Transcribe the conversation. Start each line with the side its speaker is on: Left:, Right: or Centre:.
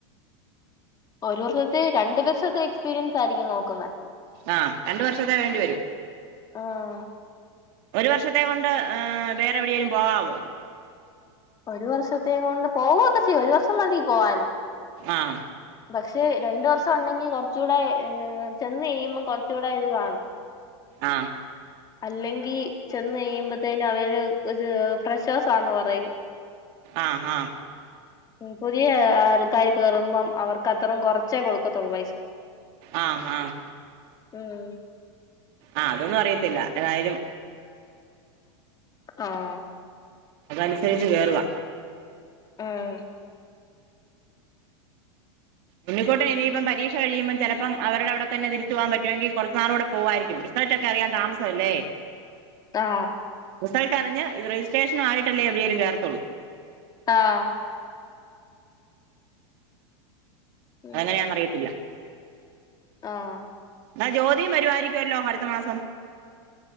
Left: ഒരു വർഷത്തെ രണ്ടു വർഷത്തെ എക്സ്പീരിയൻസ് ആയിരിക്കും നോക്കുന്നെ.
Right: ആഹ് രണ്ടു വർഷത്ത വേണ്ടി വരും.
Left: ആഹ്
Right: ഒരു വർഷത്തെ കൊണ്ട് ഏഹ് വേറെ എവിടെയെങ്കിലും പോകാവോ?
Left: ഒരു വർഷത്തേ കൊണ്ട് പൊവൊക്കെ ചെയ്യാം. ഒരു വർഷം മതി പോവാന്.
Right: ആഹ്.
Left: പക്ഷേ രണ്ടു വർഷം ഉണ്ടെങ്കി കുറച്ചു കൂടെ ഏഹ് ചെന്ന് കഴിയുമ്പം കൊറ കുറച്ചുകൂടെ ഇത് കാണും.
Right: ആഹ്
Left: അല്ലെങ്കി ചെന്ന് കഴിയുമ്പഴത്തേന് അവര് ഒര് പ്രശ്യസ്സാന്ന് പറയും.
Right: ആഹ് ആഹ്.
Left: ഉം പുതിയ ആൾക്കാർ കയറുമ്പം അവർക്ക് അത്രം കൊറ ച്ചേ കൊടുക്കത്തുള്ളൂ പൈസ.
Right: ആഹ് ആഹ്
Left: ഉം
Right: ആഹ് അതൊന്നും അറിയത്തില്ല. ഏതായാലും
Left: ആഹ്.
Right: അതനുസരിച്ച് കേറുവാ.
Left: ഏഹ്.
Right: ഉണ്ണിക്കുട്ടൻ ഇനിയിപ്പം പരീക്ഷ കഴിയുമ്പോ ചിലപ്പം അവരുടെ അവിടെ തന്നെ തിരിച്ചു പോവാൻ പറ്റുമെങ്കി കുറച്ചുനാളു കൂടെ പോവായിരിക്കും. റിസൾട്ട്‌ ക്കറിയാൻ താമസല്ലേ.
Left: ട്ടാ.
Right: റിസൾട്ട് അറിഞ്ഞ് ഇത് രജിസ്ട്രേഷൻ ആയിട്ടല്ലേ എവിടെയെങ്കിലും കേറത്തുള്ളൂ.
Left: ആഹ്. ഉം
Right: അതങ്ങനെയാന്നറിയത്തില്ല.
Left: ആഹ്
Right: എന്നാ ജോതീം വരുമായിരിക്കല്ലോ അടുത്ത മാസം.